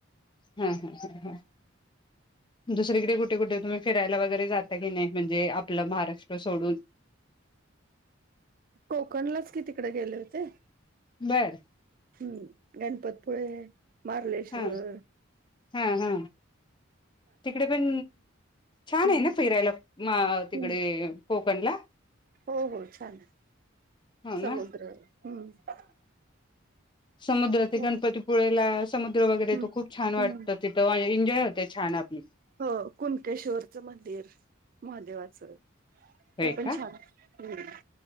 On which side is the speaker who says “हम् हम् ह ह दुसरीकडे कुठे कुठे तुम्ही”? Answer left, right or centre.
Left